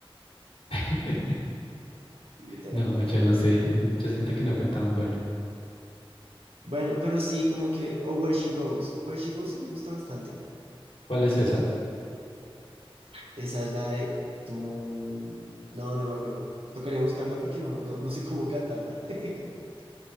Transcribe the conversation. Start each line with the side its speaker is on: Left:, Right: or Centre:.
Left: <laughs>
Right: Literal,
Left: No,
Right: literal.
Left: yo no sé, yo siento que no fue tan bueno.
Right: Bueno, pero sí, como que... O Where She Goes. Where She Goes sí me gusta bastante.
Left: ¿Cuál es esa?
Right: Esa es la de tú. No, no me acuerdo. Tocaría buscarla porque no, no, no sé cómo cantarla. <laughs>